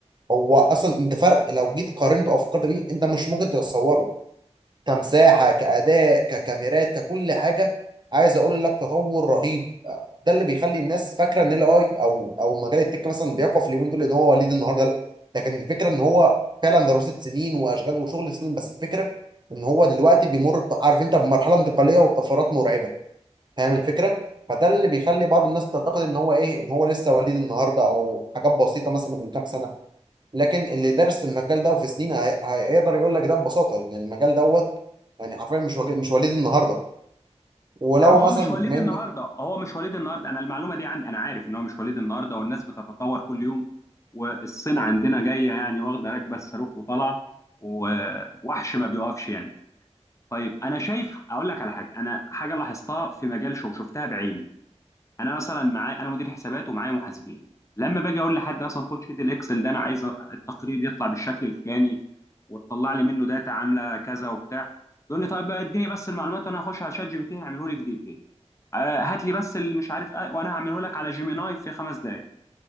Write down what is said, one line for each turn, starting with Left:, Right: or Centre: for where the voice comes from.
Right: هو اصلا انت فرق لو جيت قارنته او فكرت بيه انت مش ممكن تتصوره كمساحه كاداء ككاميرات ككل حاجه عايز اقول لك تطور رهيب ده اللي بيخلي الناس فاكره ان الاي اي او او مجال التك مثلا بيقف اليومين دول ان هو وليد النهارده لا لكن الفكره ان هو فعلا دراسه سنين واشغال وشغل سنين بس الفكره ان هو دلوقتي بيمر ب- عارف انت بمرحله انتقاليه وطفرات مرعبه فاهم الفكره فده اللي بيخلي بعض الناس تعتقد ان هو ايه ان هو لسه وليد النهارده او حاجات بسيطه مثلا من كام سنه لكن اللي دارس في المجال ده وفي سنين هي- هيقدر يقول لك ده ببساطه ان المجال دوت يعني حرفيا مش وج- مش وليد النهارده ولو
Left: لا ما
Right: مثلا
Left: هو مش وليد
Right: من
Left: النهارده هو مش وليد النهارده انا المعلومه دي عندي انا عارف ان هو مش وليد النهارده والناس بتتطور كل يوم والصين عندنا جايه يعني واخده راكبه الصاروخ وطالعه ووحش ما بيوقفش يعني طيب انا شايف اقول لك على حاجه انا حاجه لاحظتها في مجال شغل شفتها بعيني انا مثلا معايا انا مدير حسابات ومعايا محاسبين لما باجي اقول لحد مثلا خد شيت الاكسل ده انا عايز التقرير يطلع بالشكل الفلاني وتطلع لي منه داتا عامله كذا وبتاع يقول لي طيب اديني بس المعلومات وانا هخش على شات جي بي تي هيعمله لي في دقيقتين آه، هات لي بس اللي مش عارف آه، وانا هعمله لك على جيميناي في خمس دقائق